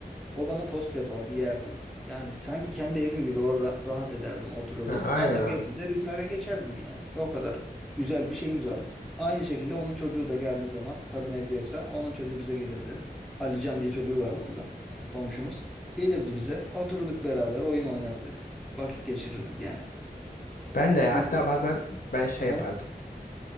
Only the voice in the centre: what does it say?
O bana tost yapardı, yerdim. Yani sanki kendi evim gibi orada rahat ederdim, otururdum.
Annem
geldiğinde bizim eve geçerdim yani. O kadar güzel bir şeyimiz vardı. Aynı şekilde onun çocuğu da geldiği zaman, kadın evde yoksa onun çocuğu bize gelirdi. Alican diye çocuğu vardı onun da, komşumuz. Gelirdi bize, oturduk beraber, oyun oynardık. Vakit geçirirdik yani.
İnsanlar...
Aha,